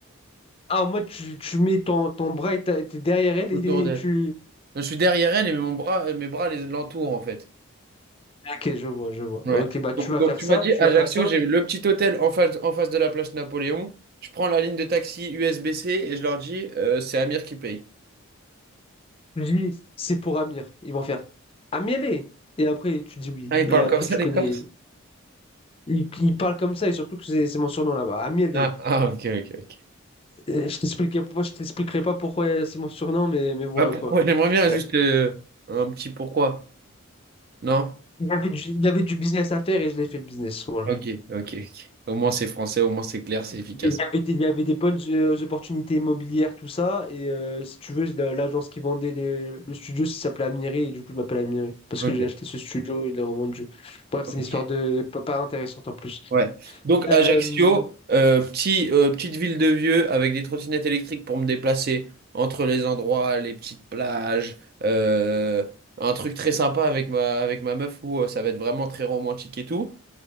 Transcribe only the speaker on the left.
Ah, en mode, tu, tu mets ton, ton bras et ta- t'es derrière elle
et,
et tu.
Ok, je vois, je vois.
Ok, bah tu
vas
faire
ça,
tu
vas faire ça.
Lui, c'est pour Amir. Ils vont faire Amielé. Et après, tu dis oui.
Et après,
tu
connais.
Ils, ils parlent comme ça et surtout que c'est c'est mon surnom là-bas. Amielé.
Euh, Je t'expliquerai pas, je t'expliquerai pas pourquoi euh, c'est mon surnom, mais, mais voilà
quoi.
Euh,
il y avait du, il y avait du business à faire et je l'ai fait le business. Voilà.
Il y avait des, il y avait des bonnes euh, opportunités immobilières, tout ça. Et euh, si tu veux, la- l'agence qui vendait les- le studio ça s'appelait Amiri et du coup je m'appelle Amiri parce
que j'ai acheté ce studio et il l'a revendu. Bref,
c'est une histoire de pas, pas intéressante en plus.
Euh,